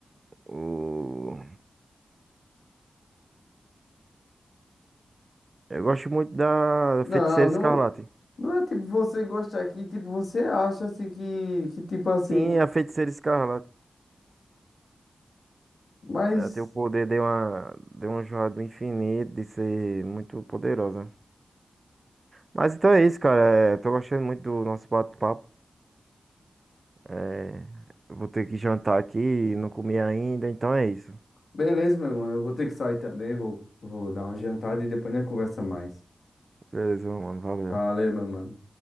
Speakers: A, on the right; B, on the left.
A: O... Eu gosto muito da
B: Não,
A: Feiticeira
B: não,
A: Escarlate.
B: não é tipo você gostar aqui, tipo você acha assim que, que tipo assim,
A: Sim, a Feiticeira Escarlate.
B: mas
A: Ela tem o poder de uma, de uma joia do infinito, de ser muito poderosa. Mas então é isso, cara. É, tô gostando muito do nosso bate-papo. É, eu vou ter que jantar aqui, não comi ainda, então é isso.
B: beleza, meu mano, eu vou ter que sair também, vou, vou dar uma jantada e depois nós conversa mais.
A: Beleza, mano. Valeu.
B: Valeu, meu mano.